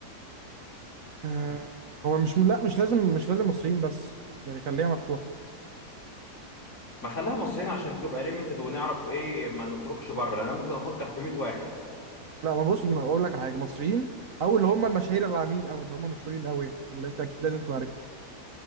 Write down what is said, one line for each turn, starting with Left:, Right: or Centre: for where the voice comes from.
Right: آه هو مش لا مش لازم مش لازم مصريين بس يعني خليها مفتوحة
Left: ما خلاها مصريين عشان تبقى ليميتد ونعرف ايه ما نخرجش بره لان انا ممكن افكر في 100 واحد
Right: لا ما بص ما اقول لك على حاجة مصريين او اللي هم المشاهير العامين او اللي هم مشهورين قوي يعني اللي انت اكيد لازم تبقى عارفها